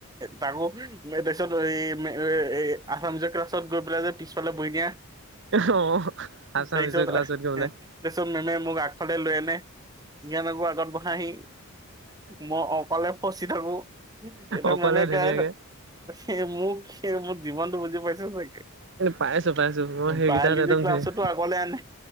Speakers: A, on the right (about 15°); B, on the right (about 55°).
A: তাকো তাৰপিছত এই <unintelligible> আছামিছৰ ক্লাছত গৈ পেলাই যে <unintelligible> দা
B: অ'। আছামিছৰ
A: তাৰপিছতাৰগালে
B: ক্লাছত গৈ পেলাই
A: <unintelligible> <unintelligible> লৈ আনে জ্ঞানকুৰ আগত বহাহি, মই অকলে ফচ <unintelligible> থাকোঁ, <unintelligible>
B: অকলে ধুনীয়াকে
A: মোক সেই মোক যিমানটো বুজি পাইছে চাগে,
B: পাইছো পাইছো মই সেইকেইটাত
A: বাইলজি
B: একদম
A: ক্লা
B: ধুনীয়া
A: <unintelligible> আগলে আনে,